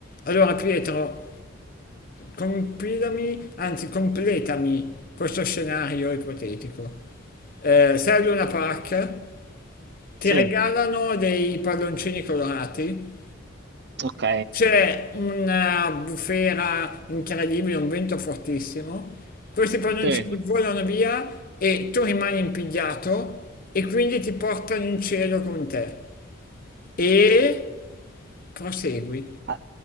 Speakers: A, on the left; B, on the right.
A: Allora Pietro, compilami, anzi completami questo scenario ipotetico. Eh, sei a Luna Park, ti
B: Sì,
A: regalano dei palloncini colorati,
B: ok.
A: c'è una bufera incredibile, un vento fortissimo, questi palloncini
B: Sì,
A: volano via e tu rimani impigliato e quindi ti portano in cielo con te. E prosegui.
B: A-